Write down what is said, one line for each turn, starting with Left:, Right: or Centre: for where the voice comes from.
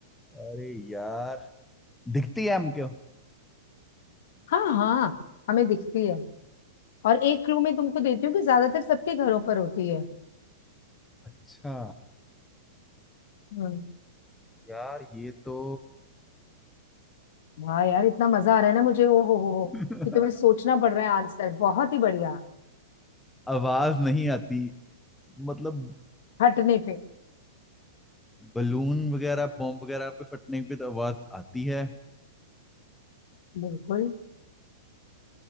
Centre: अरे यार दिखती है हमको
Left: हाँ हाँ हमें दिखती है और एक क्लू मैं तुमको देती हूँ कि ज्यादातर सबके घरों पर होती है
Centre: अच्छा
Left: हम्म
Centre: यार ये तो
Left: वाह यार इतना मजा आ रहा है ना मुझे ओ हो हो हो
Centre: <laughs>
Left: कि तुम्हें सोचना पड़ रहा है आंसर बहुत ही बढ़िया
Centre: आवाज नहीं आती मतलब
Left: हटने पे
Centre: बलून वगैरह बॉम्ब वगैरह पे फटने पे तो आवाज आती है
Left: बिल्कुल